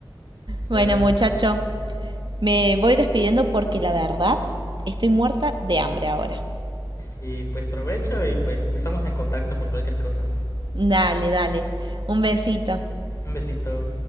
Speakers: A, on the left (about 35°); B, on the right (about 60°).
A: Bueno,
B: Bueno, muchacho, me voy despidiendo porque la verdad estoy muerta de hambre ahora.
A: y pues provecho y pues estamos en contacto por cualquier cosa.
B: Dale, dale. Un besito.
A: Un besito.